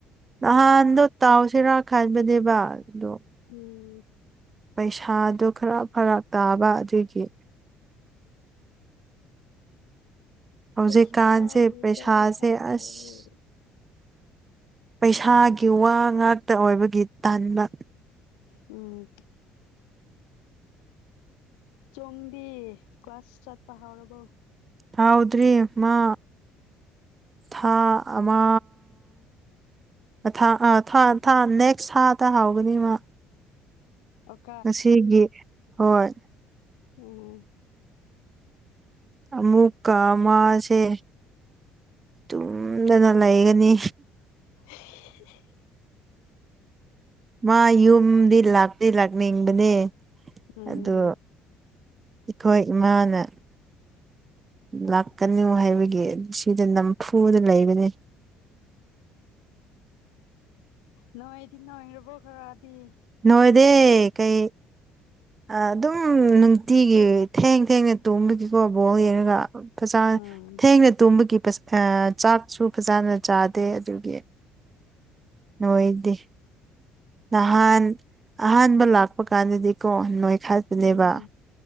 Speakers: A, on the right (about 30°); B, on the left (about 70°).
A: ꯅꯍꯥꯟꯗꯣ ꯇꯥꯎꯁꯤꯔꯥ ꯈꯟꯕꯅꯦꯕ ꯑꯗꯣ
B: ꯎꯝ
A: ꯄꯩꯁꯥꯗꯨ ꯈꯔ ꯐꯔꯛ ꯇꯥꯕ ꯑꯗꯨꯒꯤ ꯍꯧꯖꯤꯛꯀꯥꯟꯁꯦ
B: ꯄꯩꯁꯥ ꯂꯩꯇꯔ꯭ꯗꯤ
A: ꯄꯩꯁꯥꯁꯦ
B: ꯄꯟꯂꯣꯏꯌꯦ
A: ꯑꯁ ꯄꯩꯁꯥꯒꯤ ꯋꯥ ꯉꯥꯛꯇ ꯑꯣꯏꯕꯒꯤ ꯇꯟꯕ꯫
B: ꯎꯝ ꯆꯨꯡꯗꯤ ꯀ꯭ꯂꯥꯁ ꯆꯠꯄ ꯍꯧꯔꯕꯣ?
A: ꯍꯧꯗ꯭ꯔꯤ ꯃꯥ ꯊꯥ ꯑꯃꯥ ꯃꯊꯪ ꯑꯥꯥ ꯊꯥ ꯊꯥ ꯅꯦꯛꯁ ꯊꯥꯗ ꯍꯧꯒꯅꯤ ꯃꯥ꯫
B: ꯑꯛ
A: ꯉꯁꯤꯒꯤ ꯍꯣꯏ
B: ꯑꯣ
A: ꯑꯃꯨꯛꯀ ꯃꯥꯁꯦ ꯇꯨꯝꯗꯅ ꯂꯩꯒꯅꯤ꯫
B: <unintelligible>
A: ꯃꯥ ꯌꯨꯝꯗꯤ ꯂꯥꯛꯇꯤ ꯂꯥꯛꯅꯤꯡꯕꯅꯦ
B: ꯎꯝ
A: ꯑꯗꯨ ꯈꯣꯏ ꯏꯃꯥꯅ ꯂꯥꯛꯀꯅꯨ ꯍꯥꯏꯕꯒꯤ ꯗ ꯅꯝꯐꯨꯗ ꯂꯩꯕꯅꯦ
B: ꯅꯣꯏꯗꯤ ꯅꯣꯏꯔꯕꯣ ꯈꯔꯗꯤ?
A: ꯅꯣꯏꯗꯦ ꯀꯩ ꯑꯗꯨꯝ ꯅꯨꯡꯇꯤ ꯒꯤ ꯊꯦꯡ ꯊꯦꯡꯅ ꯇꯨꯝꯕꯒꯤꯀꯣ ꯕꯣꯜ ꯌꯦꯡꯔꯒ ꯐꯖ
B: ꯎꯝ
A: ꯊꯦꯡꯅ ꯇꯨꯝꯕꯒꯤ ꯄꯁ ꯑꯥ ꯆꯥꯛꯁꯨ ꯐꯖꯅ ꯆꯥꯗꯦ ꯑꯗꯨꯒꯤ ꯅꯣꯏꯗꯦ꯫ ꯅꯍꯥꯟ ꯑꯍꯥꯟꯕ ꯂꯥꯛꯄ ꯀꯥꯟꯗꯗꯤꯀꯣ ꯅꯣꯏꯈꯠꯄꯅꯦꯕ꯫
B: ꯎꯝ